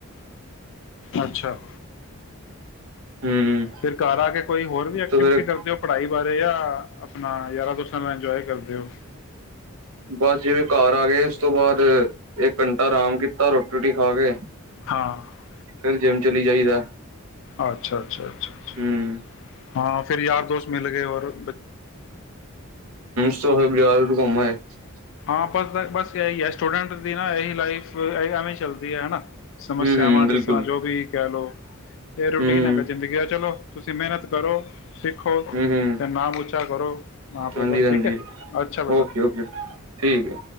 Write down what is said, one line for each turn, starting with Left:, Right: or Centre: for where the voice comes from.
Left: ਅੱਛਾ
Right: ਹੂੰ
Left: ਫਿਰ ਘਰ ਆ ਕੇ ਕੋਈ ਹੋਰ ਵੀ ਐਕਟੀਵਿਟੀ
Right: ਤੇ ਫਿਰ
Left: ਕਰਦੇ ਹੋ ਪੜ੍ਹਾਈ ਬਾਰੇ ਜਾਂ ਆਪਣਾ ਯਾਰਾਂ ਦੋਸਤਾਂ ਨਾਲ ਇੰਜੋਏ ਕਰਦੇ ਦੇਓ
Right: ਬਸ ਜਿਵੇਂ ਘਰ ਆ ਗਏ ਉਸ ਤੋਂ ਬਾਅਦ ਇੱਕ ਘੰਟਾ ਆਰਾਮ ਕੀਤਾ ਰੋਟੀ ਰੋਟੀ ਖਾ ਕੇ
Left: ਹਾਂ
Right: ਫਰ ਜਿੰਮ ਚਲੀ ਜਾਈਦਾ
Left: ਅੱਛਾ ਅੱਛਾ ਅੱਛਾ ਅੱਛਾ
Right: ਹਮ
Left: ਹਾਂ ਫੇਿਰ ਯਾਰ ਦੋਸਤ ਮਿਲ ਗਏ ਹੋਰ
Right: ਸ਼ੋਰੂਮ ਬਾਜ਼ਾਰ ਚ ਘੁੰਮ ਆਈਦਾ ਹ
Left: ਆਪਸ ਬਸ ਇਹੀ ਹੈ ਸਟੂਡੈਂਟ ਦੀ ਨਾ ਇਹੀ ਲਾਈਫਵੇਂ ਚੱਲਦੀ ਹੈ ਹਨਾ ਸਮੱਸਿਆਵਾਂ
Right: ਹਮ ਹਮ ਬਿਲਕੁਲ
Left: ਜਿਸ ਤਰ੍ਹਾਂ ਜੋ ਵੀ ਕਹਿ ਲਓ ਇਹ ਰੂਟੀਨ
Right: ਹਮ
Left: ਹੈਗਾ ਜ਼ਿੰਦਗੀ ਦਾ ਚਲੋ ਤੁਸੀਂ ਮਿਹਨਤ ਕਰੋ ਸਿੱਖੋ
Right: ਹਮ ਹਮ
Left: ਤੇ ਨਾਮ ਉਚਾ ਕਰੋ ਮਾਂ ਪਿਓ
Right: ਹਾਂਜੀ
Left: ਦਾ
Right: ਹਾਂਜੀ
Left: ਠੀਕ ਹੈ ਅੱਛਾ ਬੇਟਾ
Right: ਓਕੇ ਓਕੇ ਠੀਕ ਹੈ।